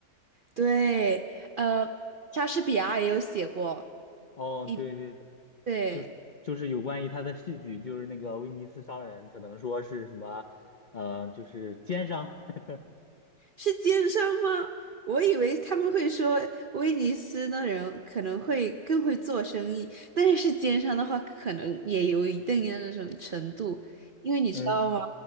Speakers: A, on the right; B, on the left.
A: 对，呃，莎士比亚也有写过
B: 哦，
A: 一，
B: 对对，
A: 对。
B: 就是就是有关于他的戏剧，就是那个威尼斯商人，可能说是什么，呃，就是奸商，<laughs>
A: 是奸商吗？我以为他们会说威尼斯的人可能会更会做生意，但是是奸商的话，可能也有一定的那种程度，因为你知道吗？
B: 嗯，